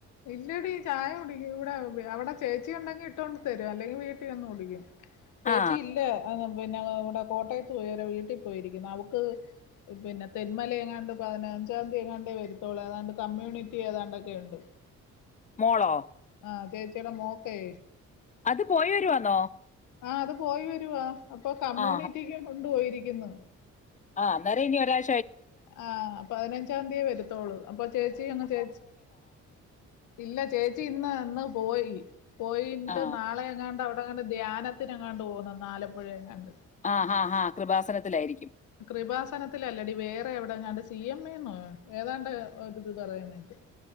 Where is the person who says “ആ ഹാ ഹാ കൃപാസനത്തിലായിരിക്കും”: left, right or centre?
Left